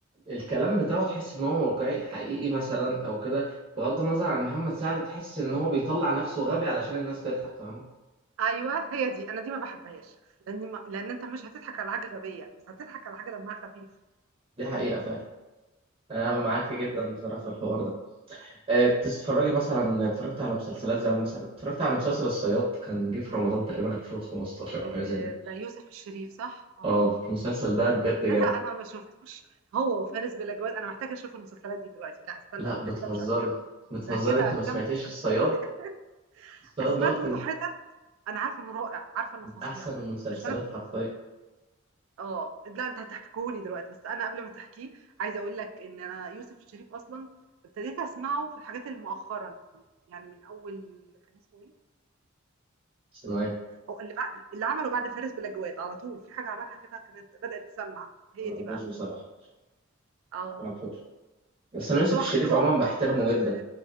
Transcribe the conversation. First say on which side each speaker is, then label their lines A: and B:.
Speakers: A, on the right; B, on the right.
A: الكلام بتاعه تحس ان هو واقعي حقيقي مثلا او كده بغض النظر عن محمد سعد تحس ان هو بيطلع نفسه غبي علشان الناس تضحك فاهم
B: أيوه هي دي، أنا دي ما باحبهاش، لإن ما لإن أنت مش هتضحك على حاجة غبية، بس هتضحك على حاجة دمها خفيف.
A: دي حقيقه فعلا انا
B: آه،
A: معاكي جدا بصراحه في الحوار ده أه بتتفرجي مثلا اتفرجت على مسلسلات زي مثلا اتفرجت على مسلسل الصياد كان جه في رمضان تقريبا 2015 او
B: آآ
A: حاجه زي كده
B: ده يوسف الشريف صح؟ آه،
A: اه المسلسل ده بجد جامد
B: تصدق أنا ما شفتوش هو وفارس بِلا جواد، أنا محتاجة أشوف المسلسلات دي دلوقتي، لأ استنى
A: لا
B: ده أنت
A: بتهزري
B: كده مش أفلام،
A: بتهزري
B: ده كده
A: انت
B: أفلام
A: ما سمعتيش
B: ومسلسلات.
A: الصياد
B: <laughs>
A: الصياد
B: أنا سمعت
A: دوت
B: منه
A: من
B: حتت، أنا عارفة إنه رائع، عارفة إنه
A: من
B: فظيع،
A: احسن المسلسلات
B: بس أنا
A: حرفيا
B: آه، لأ أنت هتحكيه لي دلوقتي، بس أنا قبل ما تحكيه عايزة أقول لك إن أنا يوسف الشريف أصلًا ابتديت أسمعه في الحاجات اللي مؤخرًا، يعني من أول كان اسمه إيه؟
A: ثانوية
B: هو اللي بع اللي عمله بعد فارس بلا جواد، على طول في حاجة عملها كده كانت بدأت تسمّع، هي
A: ما اعرفوش
B: دي بقى.
A: بصراحة
B: آه،
A: ما اعرفوش بس انا يوسف
B: بس هو
A: الشريف
B: حاجته رعب
A: عموما بحترمه
B: و
A: جدا
B: و